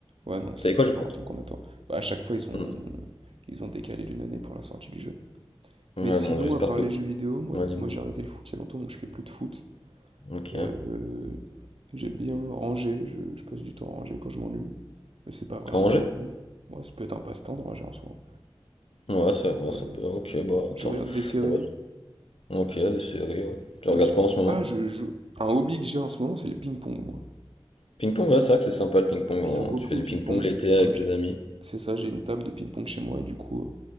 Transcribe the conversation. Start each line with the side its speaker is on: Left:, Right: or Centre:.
Right: Ouais, non, ça
Left: T'as
Right: fait
Left: dit quoi,
Right: super
Left: j'ai pas
Right: longtemps qu'on attend. Bah, à chaque fois, ils
Left: entendu.
Right: ont, ils ont décalé d'une année pour la sortie du jeu.
Left: Hmm.
Right: Mais
Left: Ouais,
Right: sinon,
Left: bon, j'espère
Right: à part
Left: que.
Right: les jeux vidéo, moi,
Left: Ouais, dis-moi.
Right: moi j'ai arrêté le foot il y a longtemps, donc je fais plus de foot.
Left: Ok.
Right: Euh,
Left: À
Right: euh, j'aime bien ranger, je, je passe du temps à ranger quand je m'ennuie. Mais c'est pas vraiment
Left: Angers?
Right: un hobby. Moi, ça peut être un passe-temps de ranger en soi.
Left: Ouais, ça, ouais,
Right: Voilà.
Left: ça peut. Ok, bah, attends.
Right: Je regarde des séries.
Left: Ouais, ok, des séries, ouais. Tu
Right: je-
Left: regardes quoi en ce moment?
Right: Ah, je joue. Un hobby que j'ai en ce moment, c'est le ping-pong, moi.
Left: Ping-pong, ouais, c'est vrai que c'est sympa le ping-pong.
Right: Je
Left: hein.
Right: joue beaucoup
Left: Tu fais du
Right: au ping-pong.
Left: ping-pong l'été avec
Right: Comme
Left: tes
Right: j'ai.
Left: amis.
Right: C'est ça, j'ai une table de ping-pong chez moi et du coup, euh,